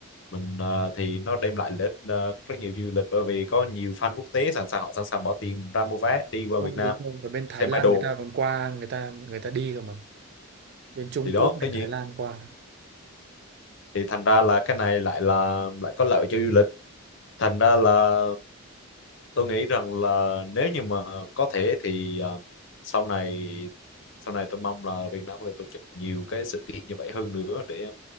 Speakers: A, on the left; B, on the right.
A: mình ờ, thì nó đem lại lợi ích ờ, rất nhiều du lịch bởi vì có nhiều fan quốc tế sẵn sàng họ sẵn sàng bỏ tiền ra mua vé đi qua
B: đúng
A: Việt
B: rồi,
A: Nam
B: đúng rồi ở bên Thái
A: xem
B: Lan
A: idol
B: người ta còn qua người ta người ta đi cơ mà bên Trung
A: thì đó
B: Quốc
A: tất
B: bên
A: nhiên
B: Thái Lan qua
A: thì thành ra là cái này lại là lại có lợi cho du lịch thành ra là tôi nghĩ rằng là nếu như mà có thể thì à, sau này sau này tôi mong là Việt Nam có thể tổ chức nhiều cái sự kiện như vậy hơn nữa để